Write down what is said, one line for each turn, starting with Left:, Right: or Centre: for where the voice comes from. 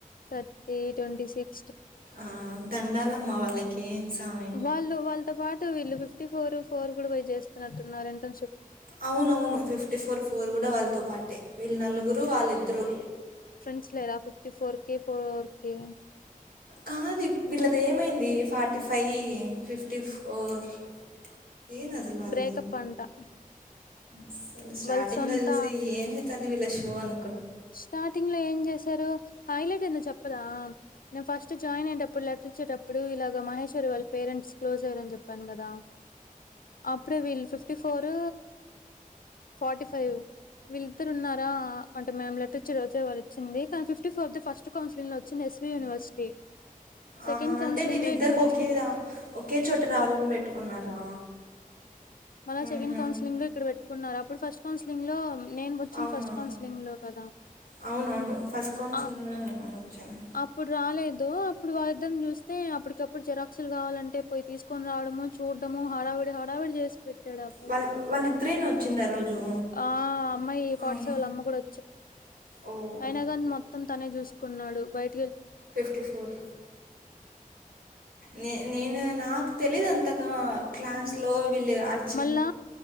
Left: థర్టీ ట్వంటీ సిక్
Right: ఆ దండాలమ్మా వాళ్ళకి సామి.
Left: వాళ్ళు వాళ్ళతో పాటు వీళ్ళు ఫిఫ్టీ ఫోర్ ఫోర్ కూడా పోయి చేసుకున్నట్టున్నారంట ఇంటర్న్షిప్
Right: అవునవును ఫిఫ్టీ ఫోర్ ఫోర్ కూడా వాళ్ళతో పాటే వీళ్ళు నలుగురు వాళ్ళిద్దరు
Left: స్స్ లేదా ఫిఫ్టీఫోర్ కి ఫోర్ కి
Right: కాదు ఇప్ వీళ్ళది ఏమైంది ఫార్టీ ఫైవ్ ఫిఫ్టీ ఫోర్ ఏంది అసలు వాళ్ళది
Left: బ్రేకప్ అంట
Right: అసలు స్టార్టింగ్లో
Left: వాళ్ళ సొంత
Right: చూసి ఏంది తని వీళ్ళ షో అన్
Left: స్టార్టింగ్ లో ఏం చేశారు హైలైట్ అయిందో చెప్పదా నేను ఫస్ట్ జాయిన్ అయేటప్పుడు లెట్రిచ్చేటప్పుడు ఇలాగ మహేశ్వరి వాళ్ పేరెంట్స్ క్లోజర్ అని చెప్పాను కదా అప్పుడే వీళ్ళు ఫిఫ్టీ ఫోర్ ఫార్టీ ఫైవ్ వీళ్లిత్తరున్నారా మ్యామ్ లెటర్ ఇచ్చి రోచె వారిచింది fifty fourth the first counselling లోచ్చింది ఎస్వి యూనివర్సిటీ సెకండ్
Right: ఆహా అంటే
Left: కౌన్సిలింగ్
Right: వీళ్ళిద్దరికి
Left: లో ఇక్కడ వచ్చింది
Right: ఒకేదా ఒకే చోట రావాలని పెట్టుకున్నారా
Left: మళ
Right: మ్హూ.
Left: సెకండ్ కౌన్సిలింగ్ లో ఇక్కడ పెట్టుకున్నారు అప్పుడు ఫస్ట్ కౌన్సిలింగ్ లో నేను వచ్చింది
Right: అవునా
Left: ఫస్ట్ కౌన్సిలింగ్ లో కదా
Right: అవునవును ఫస్ట్ కౌన్సిలో
Left: ఆ
Right: ఏమి వచ్చింది
Left: అప్పుడు రాలేదు అప్పుడు వాళ్ళిద్దరిని చూస్తే అప్పటికప్పుడు జరాక్సులు కావాలంటే పోయి తీసుకొని రావడము చూడ్డము హడావిడి హడావిడి చేసి పెట్ ట్టాడు ఆ
Right: వాళ్ళ
Left: అబ్బాయ్
Right: వాళ్ళిద్దరేనా వచ్చింది ఆ రోజు
Left: ఆ అమ్మాయ్ ఫార్టీ
Right: ఆహా.
Left: ఫైవ్ వాళ్ల అమ్మ కూడా
Right: ఓ
Left: అయినాగాని మొత్తం తనే చూసుకున్నాడు బయ్
Right: ఫిఫ్టీ ఫోర్ నే నేను నాకు తెలీదు అంతా క్లాస్
Left: హ్మ్.
Right: లో వీళ్ళు అట్
Left: మళ్ళా